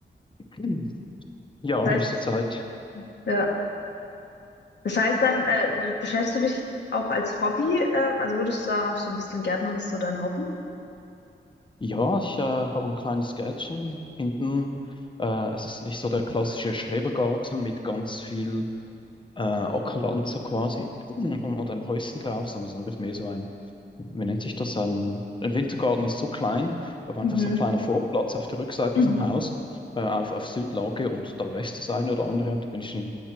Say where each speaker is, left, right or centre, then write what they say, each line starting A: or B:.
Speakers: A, on the left; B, on the left.
A: Mhm. Ja,
B: Das
A: höchste
B: heißt,
A: Zeit.
B: ja. Das heißt dann, äh, beschäftigst du dich auch als Hobby? ähm, also würdest du sagen, auch so ein bisschen Gärtnern ist so dein Hobby?
A: Ja, ich äh, habe ein kleines Gärtchen hinten. Äh, es ist nicht so der klassische Schrebergarten mit ganz viel äh, Ackerland so quasi <clears throat> und, und ein Häuschen drauf, sondern es ist einfach mehr so ein, wie nennt sich das, ein, ein Wintergarten ist so klein, aber
B: Mhm.
A: einfach so ein kleiner Vorplatz auf der Rückseite
B: Mhm.
A: vom Haus, äh, auf, auf Südlage und da wächst das eine oder andere und da bin ich schon